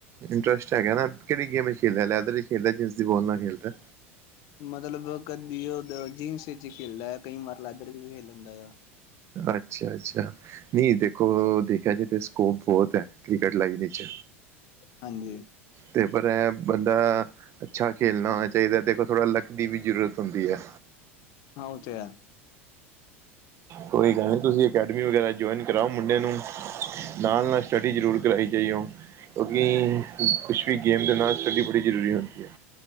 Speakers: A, on the right (about 40°); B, on the left (about 55°).
A: ਇੰਟਰਸਟ ਹੈਗਾ, ਨਾ ਕਿਹੜੀ ਗੇਮ ਚ ਖੇਲ ਲੈ ਲੈੱਥਰ ਚ ਖੇਲ ਰਿਹਾ ਜਿਨਸ ਦੀ ਬੋਲ ਨਾਲ ਖੇਲ ਰਿਹਾ।
B: ਮਤਲਬ ਕਦੀ ਉਹ ਜੀਨਸ ਵਿੱਚ ਹੀ ਖੇਲਦਾ ਆ, ਕਈ ਵਾਰ ਲੈੱਥਰ ਚ ਵੀ ਖੇਲ ਲੈਂਦਾ ਆ।
A: ਅੱਛਾ-ਅੱਛਾ। ਨਹੀਂ ਦੇਖੋ ਦੇਖਿਆ ਜਾਏ ਤਾਂ ਸਕੋਪ ਬਹੁਤ ਹੈ, ਕ੍ਰਿਕਟ ਲਾਈਨ ਵਿੱਚ।
B: ਹਾਂਜੀ
A: ਤੇ ਪਰ ਐ ਬੰਦਾ। ਅੱਛਾ ਖੇਲਣਾ ਹੋਣਾ ਚਾਹੀਦਾ, ਦੇਖੋ ਥੋੜਾ ਲੱਕ ਦੀ ਵੀ ਜ਼ਰੂਰਤ ਹੁੰਦੀ ਹੈ।
B: ਹਾਂ ਉਹ ਤੇ ਹੈ।
A: ਕੋਈ ਗੱਲ ਨੀ ਤੁਸੀਂ ਅਕੈਡਮੀ ਵਗੈਰਾ ਜੁਆਇਨ ਕਰਾਓ, ਮੁੰਡੇ ਨੂੰ। ਨਾਲ ਨਾਲ ਸਟੱਡੀ ਜ਼ਰੂਰ ਕਰਵਾਾਈ ਜਾਈਓ, ਕਿਉਂਕਿ ਕੁਛ ਵੀ ਗੇਮ ਦੇ ਨਾਲ ਸਟੱਡੀ ਬੜੀ ਜ਼ਰੂਰੀ ਹੁੰਦੀ ਹੈ।